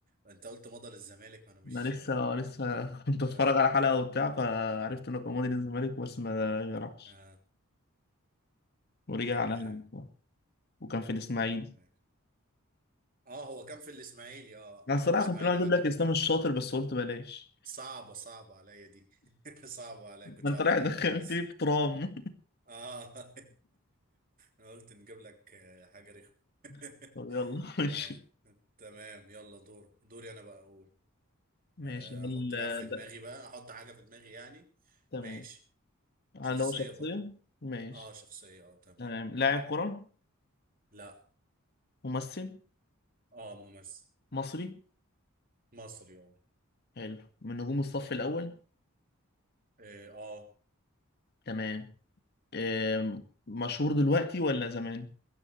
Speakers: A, on the right; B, on the left.
A: انت قلت مضى للزمالك ما انا مش
B: انا لسه
A: اه
B: لسه <laughs> كنت اتفرج
A: اه
B: على حلقه وبتاع فعرفت انه كان مضى للزمالك بس ما راحش
A: آه،
B: ورجع
A: تمام
B: على هنا وكان في الاسماعيلي
A: تمام ماشي. اه هو كان في الاسماعيلي اه
B: انا الصراحه
A: في الاسماعيلي
B: كنت ناوي اجيب
A: بعد
B: لك
A: كده
B: اسلام الشاطر بس قلت بلاش
A: صعبه صعبه عليا دي <laughs> صعبه عليا
B: ما
A: كنتش
B: انت
A: عارف
B: رايح
A: اجيبها
B: دخلتني
A: دي بس
B: في ترام
A: اه <laughs> انا قلت نجيب لك آه، حاجة رخمة
B: <laughs>
A: <laughs>
B: طب يلا ماشي
A: آه، تمام يلا دور دوري انا بقى اقول آه،
B: ماشي هل
A: احط لاعب في دماغي
B: ده
A: بقى احط حاجة في دماغي يعني
B: تمام
A: ماشي شخصية
B: هل هو شخصيه
A: برضو
B: ماشي
A: اه شخصية اه تمام
B: تمام لاعب كره
A: لا
B: ممثل
A: اه ممثل
B: مصري
A: مصري اه
B: حلو من نجوم الصف الأول
A: اه آه.
B: تمام آم، مشهور دلوقتي ولا زمان؟